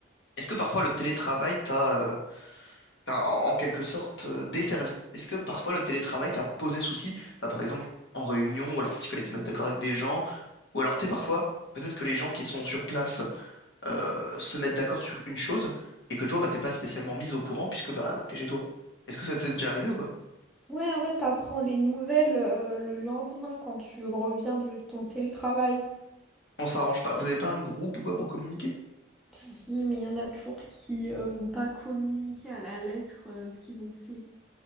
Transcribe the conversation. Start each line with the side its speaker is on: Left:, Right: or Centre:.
Left: Est-ce que parfois le télétravail t'a euh, t'a, en en quelque sorte euh, desservi? Est-ce que parfois le télétravail t'a posé souci, Bah, par exemple en réunion ou alors ce qu'il fallait se mettre d'accord avec des gens, ou alors tu sais parfois peut-être que les gens qui sont sur place euh, se mettent d'accord sur une chose et que toi bah t'es pas spécialement mis au courant puisque bah t'es chez toi. Est-ce que ça t'est déjà arrivé ou pas?
Centre: Ouais, en fait, t'apprends les nouvelles euh, le lendemain quand tu reviens de ton télétravail.
Left: On s'arrange pas. Vous avez pas un groupe ou quoi pour communiquer?
Centre: Mm. Si, mais il y en a toujours qui euh, vont pas communiquer à la lettre euh, ce qu'ils ont fait.